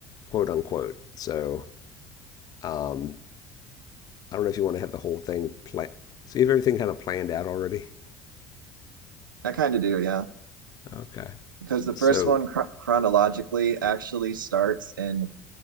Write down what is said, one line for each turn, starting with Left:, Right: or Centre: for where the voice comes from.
Left: quote unquote. So um, I don't know if you want to have the whole thing planned. So you have everything kind of planned out already?
Right: I kind of do. Yeah.
Left: Okay.
Right: Because the
Left: So,
Right: first one chro- chronologically actually starts in